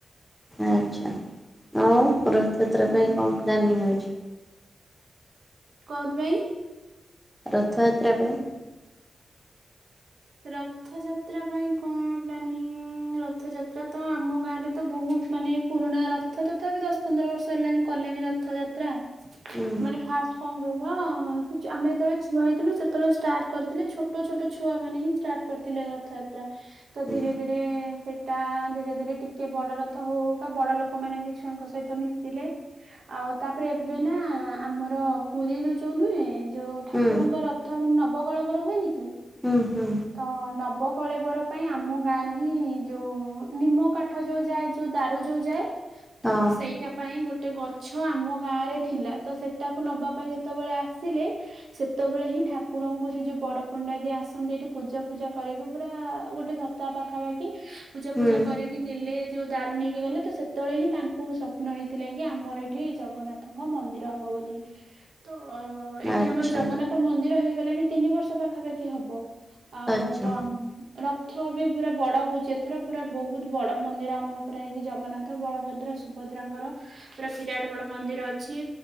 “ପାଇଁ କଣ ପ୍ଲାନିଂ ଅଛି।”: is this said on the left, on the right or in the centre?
Centre